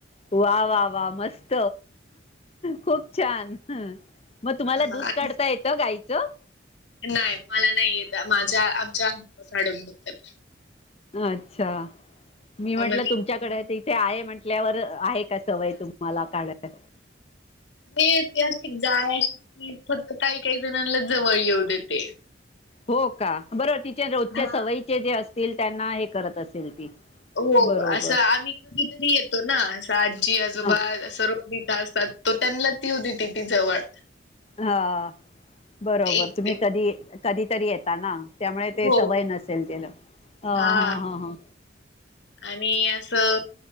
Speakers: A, on the left (about 30°); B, on the left (about 65°).
A: वा वा वा, मस्त खूप छान! मग तुम्हाला
B: हा,
A: दूध
B: आणि
A: काढता येतं गाईचं?
B: नाही मला नाही येत माझ्या आमच्या <unintelligible> देतात.
A: अच्छा मी म्हटलं
B: म्हणजे
A: तुमच्याकडे इथे आहे म्हंटल्यावर आहे का सवय तुम्हाला काढाय?
B: हे ते अशी गाय अशी फक्त काही काही जणांनाच जवळ येऊ देते.
A: हो का? बरोबर तिच्या रोजच्या
B: हा
A: सवयीचे जे असतील त्यांना हे करत असेल ती.
B: हो,
A: बरोबर
B: असं आम्ही कधीतरी येतो ना, आजी आजोबा
A: ह
B: असं रो इथं असतात, तो त्यांना ती येऊ देती ती जवळ.
A: हा, बरोबर
B: एक
A: तुम्ही कधी कधी तरी येता ना. त्यामुळे ते
B: हो
A: सवय नसेल त्याला, ह हा
B: हां.
A: हा हा.
B: आणि असं